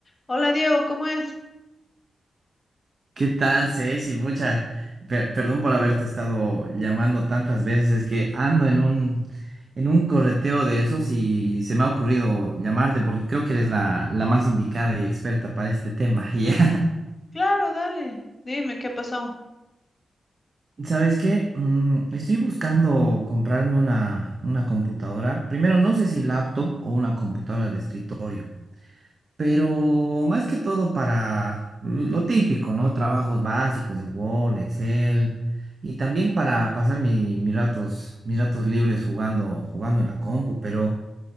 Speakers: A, on the left; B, on the right.
A: Hola Diego, ¿cómo es?
B: ¿Qué tal, Ceci? Mucha, per- perdón por haberte estado llamando tantas veces, es que ando en un, en un correteo de esos y se me ha ocurrido llamarte porque creo que eres la, la más indicada y experta para este tema. <laughs> ¿Ya?
A: Claro, dale, dime qué pasó.
B: ¿Sabes qué? Mm, estoy buscando comprarme una, una computadora. Primero, no sé si laptop o una computadora de escritorio. pero más que todo para lo típico, ¿no? Trabajos básicos de Word, Excel, y también para pasar mi- mis ratos, mis ratos libres jugando, jugando en la compu, pero